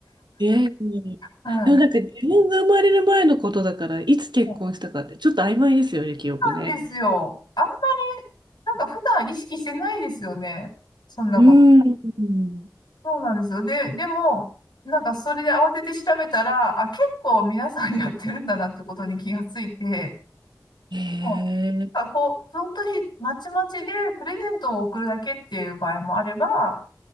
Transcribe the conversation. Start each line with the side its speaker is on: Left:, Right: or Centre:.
Right: いやいやいや
Left: はい。
Right: でもなんか自分が生まれる前のことだから、いつ結婚したかってちょっと曖昧ですよね、
Left: そう
Right: 記憶ね。
Left: なんですよ。あんま、なんか普段意識してないですよね。そんなこと。
Right: うーん。
Left: そうなんですよ。で、でも、なんかそれで慌てて調べたら、あ、結構皆さんやってるんだなってことに気がついて、
Right: へえ。
Left: もうなんかこう、本当にまちまちでプレゼントを送るだけっていう場合もあれば、